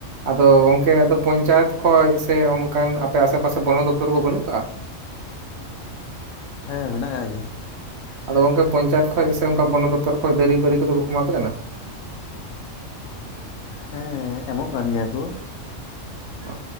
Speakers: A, on the right; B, on the left.
A: ᱟᱫᱚ ᱜᱚᱝᱠᱮ ᱟᱫᱚ ᱯᱚᱧᱪᱟᱭᱮᱛ ᱦᱳᱭ ᱥᱮ ᱚᱱᱠᱟᱱ ᱟᱯᱮ ᱟᱥᱮ ᱯᱟᱥᱮ ᱵᱚᱱᱚᱫᱚᱯᱛᱚᱨ ᱠᱚ ᱵᱟᱹᱱᱩᱜ ᱠᱟᱜ-ᱟ?
B: ᱦᱮᱸ ᱢᱮᱱᱟᱜ ᱟᱠᱟᱜ ᱜᱮᱭᱟ,
A: ᱟᱫᱚ ᱜᱚᱝᱠᱮ ᱯᱚᱧᱪᱟᱭᱮᱛ ᱠᱷᱚᱡ ᱥᱮ ᱚᱱᱠᱟ ᱵᱚᱱᱚᱫᱚᱯᱛᱚᱨ ᱠᱷᱚᱡ ᱫᱟᱨᱤ ᱵᱟᱨᱤ ᱠᱚᱫᱚ ᱵᱟᱠᱚ ᱮᱢᱟᱯᱮ ᱠᱟᱱᱟ?
B: ᱦᱮᱸ ᱮᱢᱚᱜ ᱠᱟᱱ ᱜᱮᱭᱟ ᱠᱚ᱾
A: ᱚᱻ